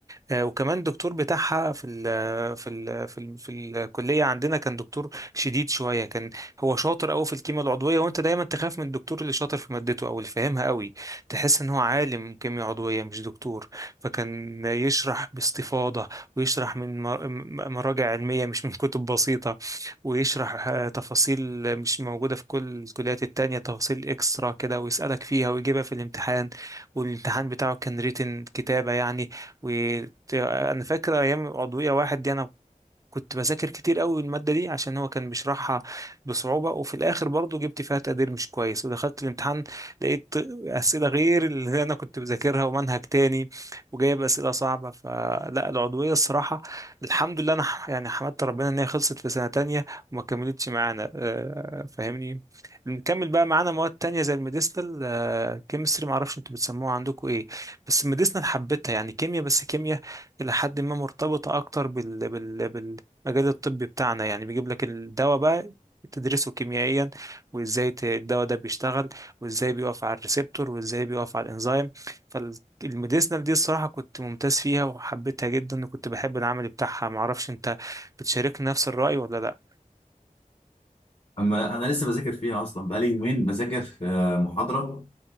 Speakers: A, on the right; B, on the left.
A: آه، وكمان الدكتور بتاعها في ال في ال في ال في الكليه عندنا كان دكتور شديد شويه كان هو شاطر قوي في الكيمياء العضويه وانت دايما تخاف من الدكتور اللي شاطر في مادته او اللي فاهمها قوي تحس ان هو عالم كيمياء عضويه مش دكتور فكان يشرح باستفاضه ويشرح من مر- م- مراجع علميه مش من كتب بسيطه ويشرح آه، تفاصيل مش موجوده في كل الكليات التانية تفاصيل اكسترا كده ويسالك فيها ويجيبها في الامتحان والامتحان بتاعه كان ريتن كتابه يعني انا فاكر ايام عضويه واحد دي انا كنت بذاكر كتير قوي المادة دي عشان هو كان بيشرحها بصعوبة وفي الآخر برضو جبت فيها تقدير مش كويس ودخلت الامتحان لقيت أسئلة غير اللي أنا كنت بذاكرها ومنهج تاني وجايب أسئلة صعبة فلا العضوية الصراحة الحمد لله أنا ح- يعني حمدت ربنا إن هي خلصت في سنة تانية وما كملتش معانا آه، فاهمني نكمل بقى معانا مواد تانية زي الميديسنال آه، كيمستري معرفش انتوا بتسموها عندكم ايه بس الميديسنال حبيتها يعني كيمياء بس كيمياء إلى حد ما مرتبطة أكتر بال... بال... بال... المجال الطبي بتاعنا يعني بيجيب لك الدواء بقى تدرسه كيميائيا وازاي ت- الدواء ده بيشتغل وازاي بيقف على الريسبتور وازاي بيقف على الانزيم فالميديسنال دي الصراحة كنت ممتاز فيها وحبيتها جدا وكنت بحب العمل بتاعها معرفش انت بتشاركني نفس الرأي ولا لا
B: اما انا لسه بذاكر فيها اصلا بقالي يومين بذاكر في آه، محاضره